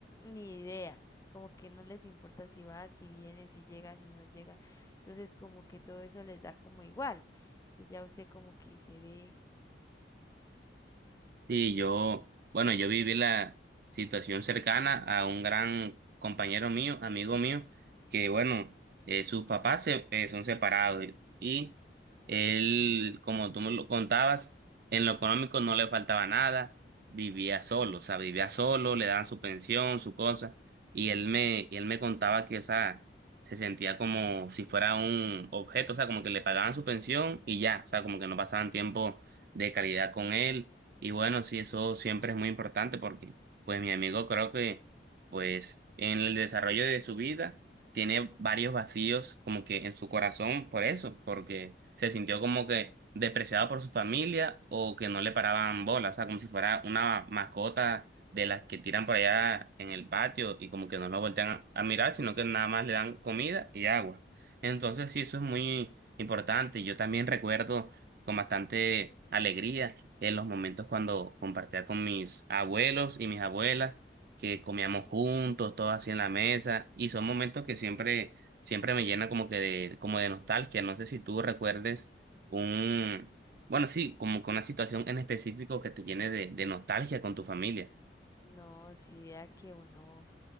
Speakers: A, on the left; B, on the right.
A: ni idea, como que no les importa si va, si viene, si llega, si no llega. Entonces como que todo eso les da como igual. Entonces ya usted como que se ve,
B: Sí, yo, bueno, yo viví la situación cercana a un gran compañero mío, amigo mío, que bueno, eh, sus papás se, eh, son separados y él, como tú me lo contabas, en lo económico no le faltaba nada, vivía solo,
A: Sí.
B: o sea, vivía solo, le daban su pensión, su cosa, y él me, y él me contaba que, o sea, se sentía como si fuera un objeto, o sea, como que le pagaban su pensión y ya, o sea, como que no pasaban tiempo de calidad con él y bueno, sí, eso siempre es muy importante porque, pues, mi amigo creo que, pues, en el desarrollo de su vida tiene varios vacíos como que en su corazón por eso, porque se sintió como que despreciado por su familia o que no le paraban bolas, o sea, como si fuera una mascota de las que tiran por allá en el patio y como que no lo voltean a, a mirar, sino que nada más le dan comida y agua. Entonces, sí, eso es muy importante. Yo también recuerdo con bastante alegría en los momentos cuando compartía con mis abuelos y mis abuelas, que comíamos
A: <laughs>
B: juntos, todos así en la mesa, y son momentos que siempre, siempre me llena como que de, como de nostalgia. No sé si tú recuerdes un, bueno, sí, como que una situación en específico que te llene de, de nostalgia con tu familia.
A: no, si vea que uno